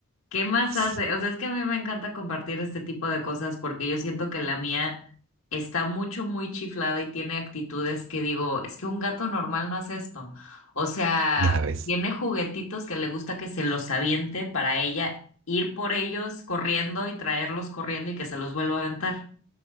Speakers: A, on the left; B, on the right.
A: ¿Qué más
B: sí,
A: hace? O sea, es que a mí me encanta compartir este tipo de cosas porque yo siento que la mía está mucho, muy chiflada y tiene actitudes que digo, es que un gato normal no hace esto. O sea,
B: ya ves.
A: tiene juguetitos que le gusta que se los aviente para ella ir por ellos corriendo y traerlos corriendo y que se los vuelva a aventar.